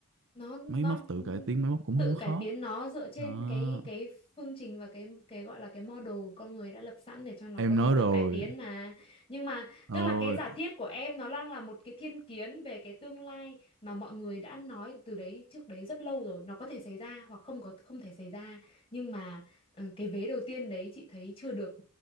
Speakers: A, on the left; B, on the right.
A: nó nó
B: máy móc tự cải tiến máy móc cũng
A: tự
B: không có
A: cải
B: khó
A: tiến nó dựa trên
B: đó
A: cái cái phương trình và cái cái gọi là cái model con người đã lập sẵn để cho nó
B: em
A: có thể
B: nói
A: tự
B: rồi
A: cải tiến mà nhưng mà tức
B: ôi
A: là cái giả thiết của em nó đang là một cái thiên kiến về cái tương lai mà mọi người đã nói từ đấy trước đấy rất lâu rồi nó có thể xảy ra hoặc không có không thể xảy ra nhưng mà ừ, cái vế đầu tiên đấy chị thấy chưa được